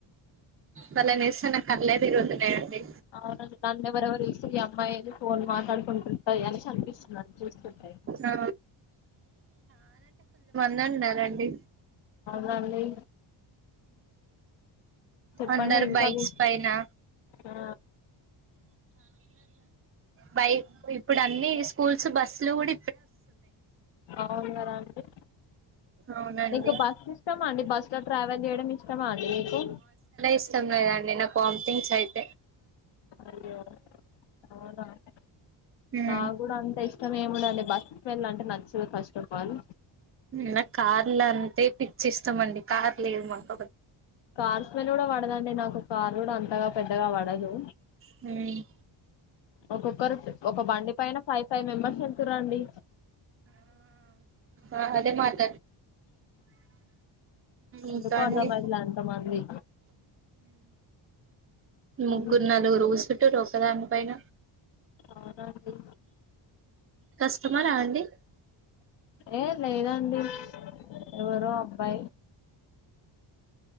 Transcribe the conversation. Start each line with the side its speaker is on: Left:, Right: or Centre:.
Right: వాళ్ళని చూస్తే నా కళ్ళే తిరుగుతున్నాయండి
Left: అవున నన్నేవరన్న చూస్తే ఈ అమ్మాయి ఏంది ఫోన్ మాట్లాడు కుంటు ఆ ఎందుక అనిపిస్తుందా చూస్తుంటే
Right: ఆ రండి
Left: నన్నీ చెప్పండి
Right: అందరు
Left: ఇంకా
Right: బైక్స్
Left: వి
Right: పైనా
Left: ఆ
Right: బైక్ ఇప్పుడు అన్ని స్కూల్స్ బస్సుల గూడ
Left: అవును కదా అండి
Right: అవునండి
Left: మీకు బస్ ఇష్టమా అండి బస్ లో ట్రావెల్ చేయడం ఇష్టమా అండి మీకు
Right: ఇష్టం లేదండి నా వామ్ టింగ్స్ అయిత
Left: అయ్యో అవునా అండి
Right: ఉమ్
Left: నా గుడా అంతే మేమూ నండి బస్కి వెళ్ళాలంటే నచ్చదు ఫస్టఫాల్
Right: నా కార్లు అంటే పిచ్చి ఇస్ట మండి కార్ లేదు మాక్
Left: కార్ స్మెల్ కూడా పడదండి నాకు కార్ కూడా అంతగా పెద్దగా పడదు
Right: హుమ్
Left: ఒక్కొక్కరు ఒక బండి పైన ఫైవ్ ఫైవ్ మెంబర్స్ వెళ్తు రండి
Right: ఆ అదే మాట
Left: ఎందుకో
Right: ఇంకా అండి
Left: అర్థమైతలే అంతమంది హ్మ్.
Right: ముగ్గురు నలుగురు కూసుంటరు ఒకదాని పైన
Left: అవునా అండి
Right: కస్టమరా అండి
Left: ఏ లేదండి ఎవరు అబ్బాయి